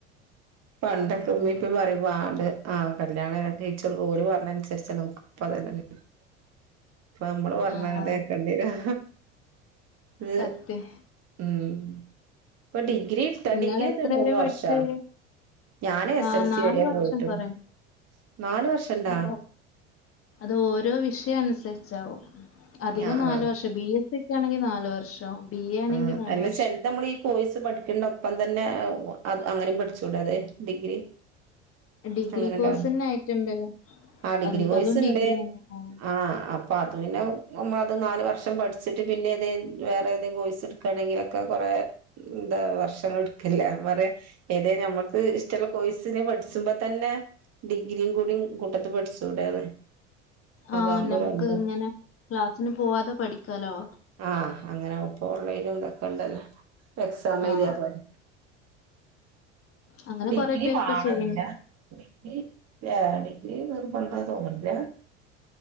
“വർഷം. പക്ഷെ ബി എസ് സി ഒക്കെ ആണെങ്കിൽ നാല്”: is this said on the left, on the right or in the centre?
Left